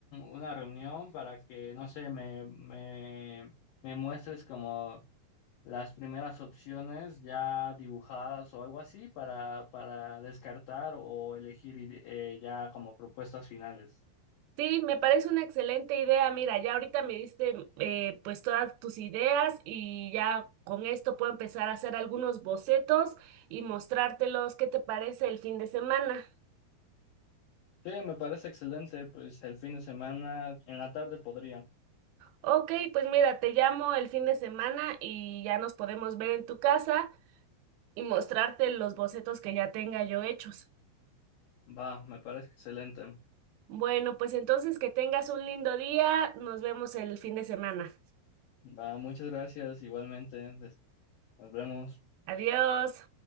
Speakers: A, on the left (about 75°); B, on the right (about 80°).
A: una reunión para que, no sé, me, me, me muestres como las primeras opciones ya dibujadas o algo así para, para descartar o elegir ide- eh, ya como propuestas finales.
B: Sí, me parece una excelente idea. Mira, ya ahorita me diste eh, pues todas tus ideas y ya con esto puedo empezar a hacer algunos bocetos y mostrártelos. ¿Qué te parece el fin de semana?
A: Sí, me parece excelente, pues el fin de semana en la tarde podría.
B: Ok, pues mira, te llamo el fin de semana y ya nos podemos ver en tu casa. y mostrarte los bocetos que ya tenga yo hechos.
A: Va, me parece excelente.
B: Bueno, pues entonces que tengas un lindo día. Nos vemos el fin de semana.
A: Va, muchas gracias igualmente. des- Nos vemos.
B: Adiós.